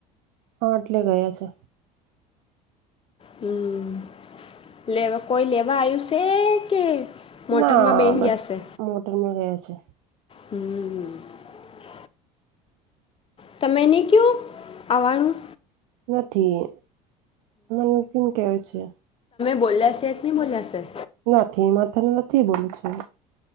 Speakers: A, on the right (about 70°); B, on the left (about 30°).
A: હા એટલે ગયા છે.
B: હમ લેવા કોઈ લેવા આવ્યું છે કે મોટરમાં
A: ના
B: બેન
A: બસ
B: ગયા છે
A: મોટરમાં ગયા છે.
B: હમ. <inaudible> તમેને કો આવવાનું
A: નથી મને કેમ કેવ છે
B: બોલે્યા છેશે નને બોલેંશે
A: નથી માથાને નથી બોલું છું